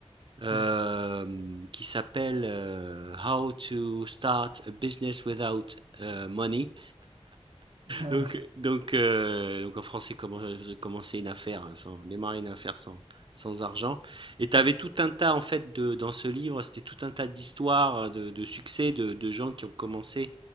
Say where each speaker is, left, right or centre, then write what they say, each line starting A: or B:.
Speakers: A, on the right; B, on the right.
A: euh,
B: Oui,
A: qui s'appelle euh, How to Start a Business Without euh, Money.
B: <laughs> ah
A: Donc,
B: oui,
A: donc, euh, donc en français, comment euh, commencer une affaire, hein, sans, démarrer une affaire sans, sans argent. Et tu avais tout un tas, en fait, de, dans ce livre, c'était tout un tas d'histoires de, de succès de, de gens qui ont commencé